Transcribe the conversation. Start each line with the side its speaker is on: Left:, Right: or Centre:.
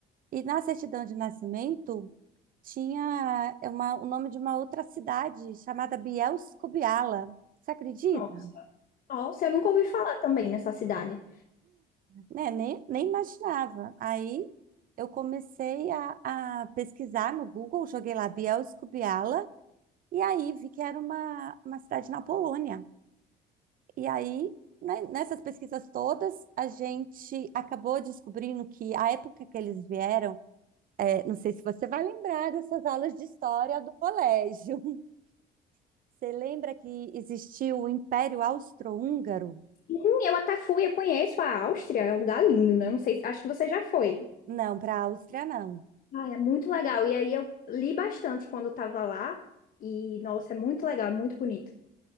Right: e na certidão de nascimento tinha é uma- o nome de uma outra cidade chamada Bielsko-Biala. Você acredita?
Left: Nossa. Nossa, eu nunca ouvi falar também nessa cidade.
Right: Né? Nem, nem imaginava. Aí eu comecei a, a pesquisar no Google, joguei lá Bielsko-Biala, e aí vi que era uma, uma cidade na Polônia. E aí, né, nessas pesquisas todas, a gente acabou descobrindo que a época que eles vieram, é, não sei se você vai lembrar dessas aulas de história do colégio. <laughs> Você lembra que existiu o Império Austro-Húngaro?
Left: Sim, eu até fui, eu conheço a Áustria, é um lugar lindo, né? Não sei, se- acho que você já foi.
Right: Não, para a Áustria não.
Left: Ah, é muito legal. E aí eu li bastante quando estava lá. E, nossa, é muito legal, é muito bonito.